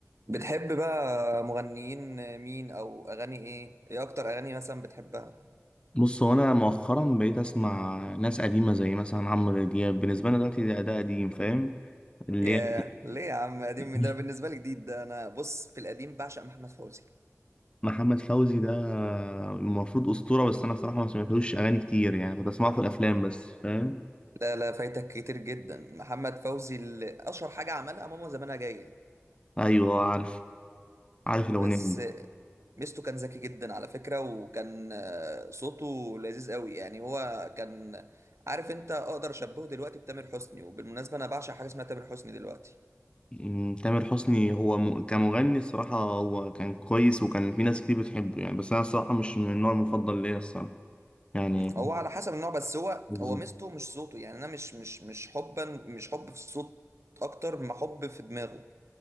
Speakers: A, on the right; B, on the left.
A: بتحب بقى مغنيين مين او اغاني ايه ايه اكتر اغاني مثلا بتحبها
B: بص هو انا مؤخرا بقيت اسمع ناس قديمه زي مثلا عمرو دياب بالنسبه لنا دلوقتي ده, ده قديم فاهم اللي
A: ياه
B: هي
A: ليه يا عم قديم
B: <laughs>
A: من ده أنا بالنسبه لي جديد ده انا بص في القديم بعشق محمد فوزي
B: محمد فوزي ده المفروض اسطوره بس انا صراحه ما سمعتلوش اغاني كتير يعني كنت اسمعه في الافلام بس فاهم
A: لا لا فايتك كتير جدا محمد فوزي اللي اشهر حاجه عملها ماما زمانها جايه
B: ايوه عارف عارف الاغنيه
A: بس
B: دي
A: ميزته كان ذكي جدا على فكره وكان آه، صوته لذيذ قوي يعني هو كان عارف انت اقدر اشبهه دلوقتي بتامر حسني وبالمناسبه انا بعشق حاجه اسمها تامر حسني دلوقتي
B: أمم، تامر حسني هو م... كمغني الصراحه هو كان كويس وكان في ناس كتير بتحبه يعني بس انا الصراحه مش من النوع المفضل ليا الصراحه يعني
A: هو على حسب النوع بس هو
B: بالظبط
A: هو ميزته مش صوته يعني انا مش مش مش حبا مش حب في الصوت اكتر ما حب في دماغه